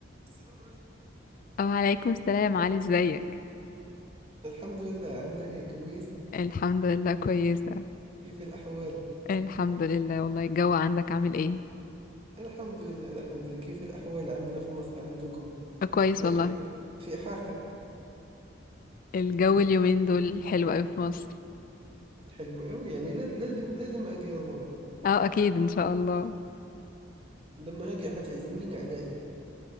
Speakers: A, on the right (about 30°); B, on the left (about 45°).
A: السلام عليكم ضحى
B: أو عليكم السلام علي ازيك
A: الحمد لله عاملة إيه كويسة
B: الحمد لله كويسة
A: كيف الأحوال
B: الحمد لله والله الجو عندك عامل ايه
A: الحمد لله الحمد لله كيف الأحوال عاملة في مصر عندكم
B: آه، كويس
A: في
B: والله
A: حر في حر
B: الجو اليومين دول حلو قوي في مصر
A: حلو أوي يعني لا- لازم لازم أجي أزور
B: اه اكيد ان شاء الله
A: لما أجي حتعزميني على إيه